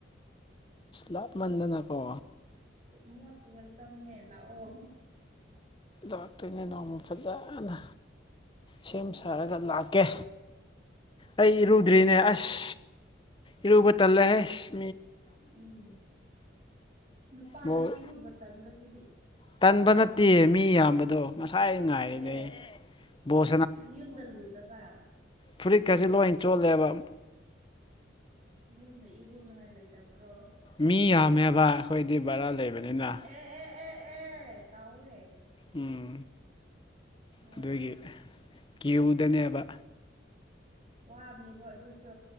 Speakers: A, on the left; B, on the right.
A: ꯂꯥꯞ ꯃꯗꯅꯀꯣ
B: ꯃꯣꯁ ꯋꯦꯜꯀꯝ ꯅꯦꯂ ꯑꯣ
A: ꯂꯥꯛꯇꯅꯦ ꯅꯃ ꯐꯖꯅ ꯁꯦꯝ ꯁꯥꯔꯒ ꯂꯥꯛꯀꯦ
B: ꯍꯣꯏ
A: ꯑꯩ ꯏꯔꯨꯗ꯭ꯔꯤꯅꯦ
B: ꯂꯥꯛꯑꯣ
A: ꯑꯁ ꯏꯔꯨꯕ ꯇꯜꯂꯦꯁ
B: ꯎꯝ ꯅꯨꯄꯥꯅ
A: ꯕꯣꯜ
B: ꯏꯔꯨꯕ ꯆꯪꯕꯁꯤꯗꯤ
A: ꯇꯟꯕ ꯅꯠꯇꯦ ꯃꯤ ꯌꯥꯝꯕꯗꯣ ꯉꯁꯥꯏ ꯉꯥꯏꯔꯤꯅꯦ
B: ꯑꯦ
A: ꯕꯣꯜ
B: ꯌꯨꯝꯗ ꯂꯨꯗꯕ
A: ꯐꯨꯔꯤꯠ ꯈꯁꯤꯦ ꯂꯣꯏ ꯆꯣꯠꯂꯦꯕ
B: ꯌꯨꯝꯗꯣ ꯏꯔꯨ ꯉꯥꯏ ꯂꯩꯇꯕ꯭ꯔꯣ
A: ꯃꯤ ꯌꯥꯝꯃꯦꯕ ꯑꯩꯈꯣꯏꯗꯤ ꯕꯔꯥ ꯂꯩꯕꯅꯤꯅ
B: ꯑꯦ ꯑꯦ ꯑꯦ ꯑꯦ ꯀꯥꯎꯋꯦ
A: ꯎꯝ
B: ꯍꯣꯏ
A: ꯑꯗꯨꯒꯤ ꯀ꯭ꯦꯌꯨꯗꯅꯦꯕ
B: ꯋꯥꯕꯅꯤꯀꯣ ꯑꯗꯨꯁꯨ